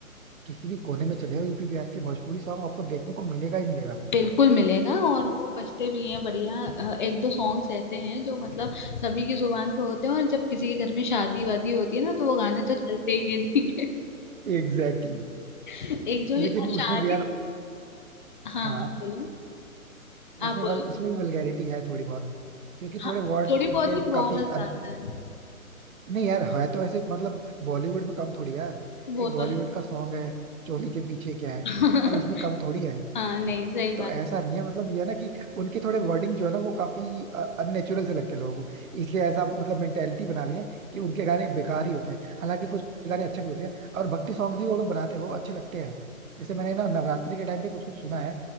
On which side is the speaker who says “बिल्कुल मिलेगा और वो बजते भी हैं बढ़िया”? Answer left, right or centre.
Left